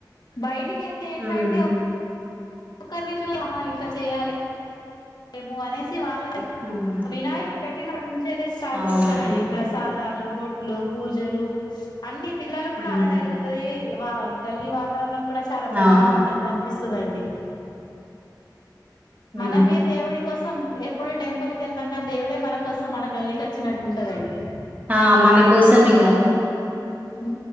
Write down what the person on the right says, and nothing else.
ఉమ్
ఉమ్
అవునండి
ఉమ్
అవును
ఊ
ఆ మన కోసం ఇగ